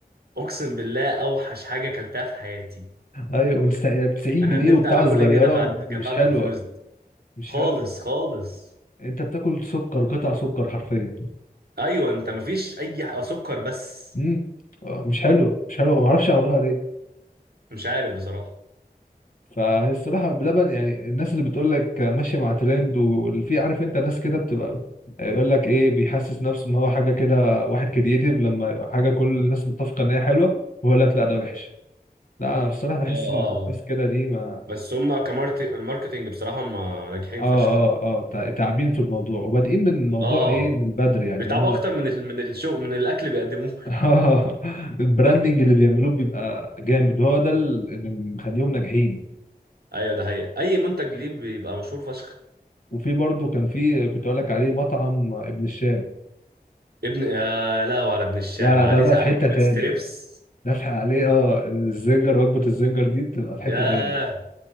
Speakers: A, on the right (about 75°); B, on the left (about 60°).
A: اقسم بالله اوحش حاجه اكلتها في حياتي
B: ايوه بتسع- 90
A: انا
B: جنيه
A: ندمت
B: وبتاع
A: على كل
B: صغيرة
A: جنيه دفعت دفعته
B: ومش حلوة
A: في الفلوس دي
B: مش
A: خالص
B: حلو
A: خالص
B: انت بتاكل سكر قطع سكر حرفيا
A: ايوه انت مفيش اي ح- آه، سكر بس
B: امم مش حلوه مش حلوه ما اعرفش عملوها ليه
A: مش عارف بصراحه
B: فهي الصراحه بلبن يعني الناس اللي بتقول لك ماشيه مع ترند واللي في عارف انت ناس كده بتبقى يقول لك ايه بيحسس نفسه ان هو حاجه كده واحد كرييتيف لما يبقى حاجه كل الناس متفقه ان هي حلوه ويقول لك لا ده وحش لا انا بصراحه بحس
A: اه
B: ان
A: اه آه.
B: الناس كده دي ما
A: بس هم كماركتنج بصراحه هم ناجحين
B: اه
A: فشخ
B: اه اه تع- تعبين في الموضوع وبادئين من موضوع
A: اه
B: ايه من بدري يعني
A: بيتعبوا
B: هم
A: اكتر من ال- من الشغل من الاكل بيقدموه
B: <laughs> البراندنج اللي بيعملوه بيبقى جامد هو ده اللي مخليهم ناجحين
A: <laughs> ايوه ده حقيقي اي منتج ليه بيبقى مشهور فشخ
B: وفي برضه كان في كنت اقول لك عليه مطعم ابن الشام
A: ابن يا لهو على ابن الشام
B: ده
A: عليه
B: ده بقى في
A: عليه
B: حتة
A: وجبة
B: تاني
A: ستريبس
B: دافع عليه اه الزنجر وجبة الزنجر دي بتبقى في حتة
A: ياه
B: تاني